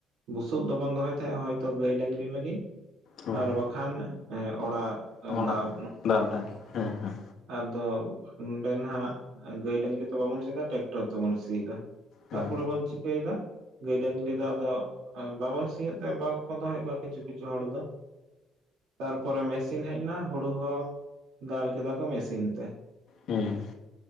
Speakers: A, on the right; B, on the left.
A: ᱵᱩᱥᱩᱵ ᱫᱚᱵᱚᱱ ᱫᱚᱦᱚᱭ ᱛᱟᱦᱮᱸᱜ ᱦᱚᱭᱛᱚ ᱜᱟᱹᱭ ᱰᱟᱹᱝᱨᱤ ᱞᱟᱹᱜᱤᱫ
B: ᱦᱮᱸ
A: ᱟᱨ ᱵᱟᱠᱷᱟᱱ ᱚᱲᱟᱜ
B: ᱚᱲᱟᱜ
A: ᱫᱟᱵᱽ
B: ᱫᱟᱵ ᱵᱷᱟᱜᱤ ᱦᱮᱸᱻᱦᱮᱸᱻ
A: ᱟᱫᱚ ᱱᱚᱰᱮ ᱦᱟᱸᱜ ᱜᱟᱹᱭ ᱰᱟᱹᱝᱨᱤ ᱛᱮ ᱵᱟᱵᱚᱱ ᱥᱤ ᱫᱟ ᱴᱨᱟᱠᱴᱚᱨ ᱛᱮᱵᱚᱱ ᱥᱤᱭᱮᱫ ᱫᱟ ᱛᱟᱨᱯᱚᱨᱮ
B: ᱦᱮᱸ
A: ᱵᱚᱱ ᱪᱤᱠᱟᱹᱭ ᱫᱟ ᱜᱟᱹᱭ ᱰᱟᱹᱝᱨᱤ ᱫᱚ ᱟᱫᱚ ᱵᱟᱵᱚᱱ ᱥᱤ ᱮ ᱛᱮ ᱵᱟᱝ ᱠᱚ ᱫᱚᱦᱚᱭᱮᱫ ᱠᱚᱣᱟ ᱠᱤᱪᱷᱩ ᱠᱤᱪᱷᱩ ᱦᱚᱲ ᱫᱚ ᱛᱟᱨᱯᱚᱨᱮ ᱢᱮᱥᱤᱱ ᱦᱮᱡ ᱮᱱᱟ ᱦᱩᱲᱩ ᱦᱚᱸ ᱫᱟᱞ ᱠᱮᱫᱟ ᱠᱚ ᱢᱮᱥᱤᱱ ᱛᱮ
B: ᱦᱮᱸ